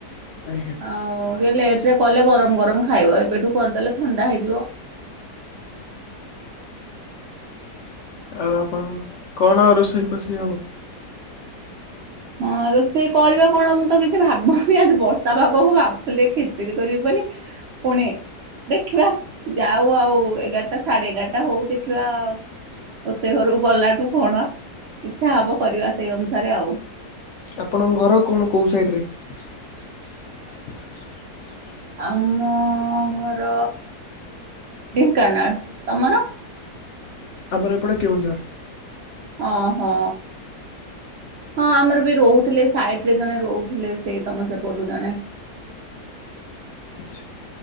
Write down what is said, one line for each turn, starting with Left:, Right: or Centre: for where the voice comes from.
Left: ଆଜ୍ଞା
Right: ଆଁ ଆଉ ଟିକେ ଲେଟରେ କଲେ ଗରମ ଗରମ ଖାଇବ ଏବେଠୁ କରିଦେଲେ ଥଣ୍ଡା ହେଇଯିବ।
Left: ଆଉ ଆପଣଙ୍କ କଣ ଆଉ ରୋଷେଇ ଫୋଷେଇ ହବ?
Right: ହଁ ରୋଷେଇ କରିବା କଣ ମୁଁ ତ କିଛି ଭାବୁନି ଆଜି ବର୍ଷା ପାଗକୁ ଭାବୁଥିଲି ଟିକେ ଖିଚିଡି କରିବି ବୋଲି। ପୁଣି ଦେଖିବା ଯାଉ ଆଉ ଏଗାରଟା ସାଡେ ଏଗାରଟା ହଉ ଦେଖିବା ଆଉ। ରୋଷେଇ ଘରୁକୁ ଗଲାଠୁ କଣ ଇଛା ହବ କରିବା ସେଇ ଅନୁସାରେ ଆଉ।
Left: ଆପଣଙ୍କ ଘର କଣ କୋଉ ସାଇଟରେ? <inaudible>
Right: ଆମ ଘର ଢେଙ୍କାନାଳ ତମର?
Left: ଆମର ଏପଟେ କେଉଁଝର।
Right: ଓହୋ। ହଁ ଆମର ବି ରହୁଥିଲେ ସାଇଟ୍ ରେ ଜଣେ ରହୁଥିଲେ ସେଇ ତମ ସେପଟୁ ଜଣେ।
Left: ଆଚ୍ଛା